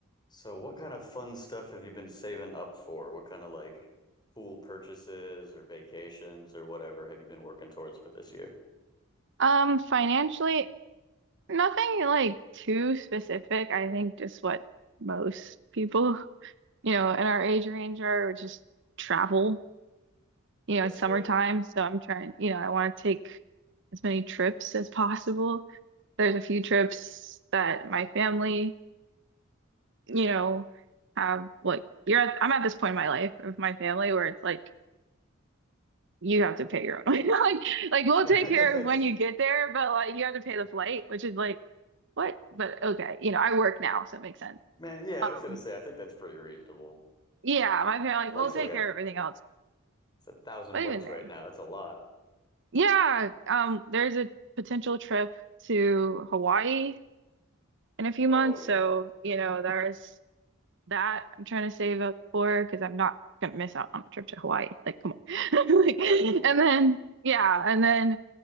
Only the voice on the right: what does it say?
Um, financially, nothing like too specific. I think just what most people, you know, in our age range are, which is travel. You know,
it's
summertime, so I'm trying, you know, I want to take as many trips as possible. There's a few trips that my family, you know, have like you're at, I'm at this point in my life with my family where it's like you have to pay your own. way. <laughs> Like, like we'll
take
care of when you get there, but like you have to pay the flight, which is like, what? But okay, you know, I work now, so it makes sense.
Um,
yeah, my parents
like, we'll take
care of everything else.
But
even then,
yeah, um, there's a potential trip to Hawaii in a few
months,
so you know, there's that I'm trying to save up for because I'm not gonna miss out on a trip to Hawaii. Like, come on. <laughs> Like,
and
then yeah, and then.